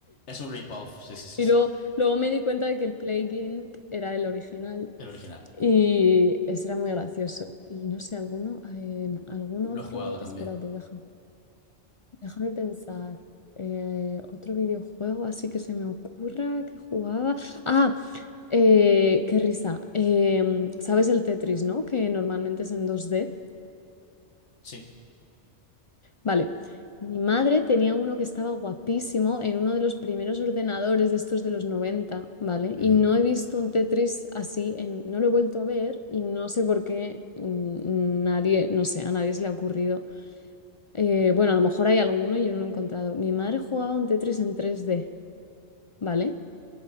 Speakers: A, on the left; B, on the left.
A: es un rip-off. Sí, sí, sí,
B: y
A: sí.
B: luego, luego me di cuenta de que el Plague Inc. era el original.
A: El original.
B: Y ese era muy gracioso. Y no sé, alguno, eh, algún
A: Lo
B: otro,
A: he jugado también.
B: espérate, deja- déjame pensar. Eh, otro videojuego así que se me ocurra que jugaba. Ah, eh, qué risa. Em, ¿sabes el Tetris, no? Que normalmente es en dos d
A: Sí.
B: Vale. Mi madre tenía uno que estaba guapísimo en uno de los primeros ordenadores de estos de los noventa ¿vale?
A: Ujú.
B: Y no he visto un Tetris así, en- no lo he vuelto a ver y no sé por qué mm, nadie, no sé, a nadie se le ha ocurrido. Eh, bueno, a lo mejor hay alguno y yo no lo he encontrado. Mi madre jugaba un Tetris en tres d ¿vale?